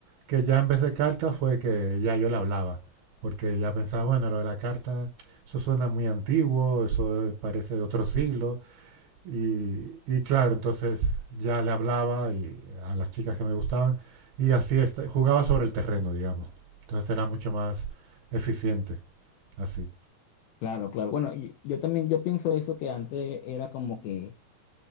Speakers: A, on the right; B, on the left.
A: que ya en vez de carta fue que ya yo le hablaba, porque ya pensaba, bueno, lo de la carta eso suena muy antiguo, eso parece de otro siglo. Y, y claro, entonces ya le hablaba y a las chicas que me gustaban y así est- jugaba sobre el terreno, digamos. Entonces era mucho más eficiente así.
B: Claro, claro. Bueno, y- yo también, yo pienso eso que antes era como que...